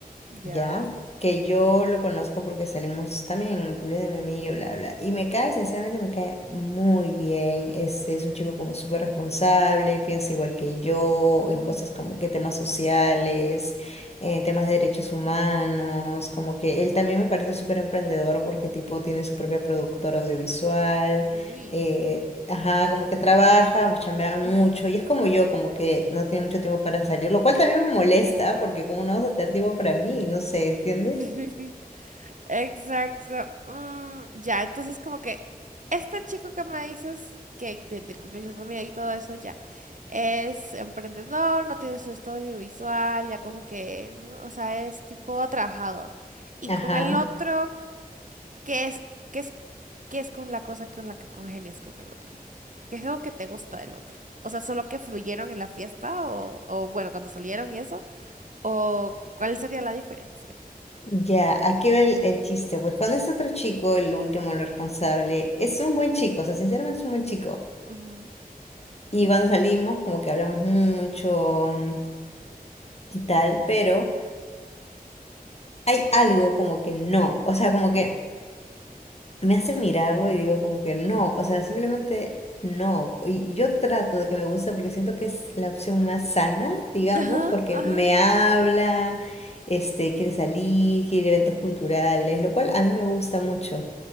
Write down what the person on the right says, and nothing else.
ya.
Ujú.
Uy.
Ujú.
<laughs> Exacto. Mm, ya, entonces como que este chico que me dices que de- del cumpleaños de tu amiga y todo eso ya es emprendedor, no tiene su estudio visual, ya como que, ¿no? o sea, es tipo trabajador. Y con
el otro, ¿qué es, qué es, qué es con la cosa con la que congenias con el otro? ¿Qué es lo que te gusta del otro? O sea, solo que fluyeron en la fiesta o, o bueno, cuando salieron y eso, o ¿cuál sería la diferencia?
Ujú.
Ajá,
ajá.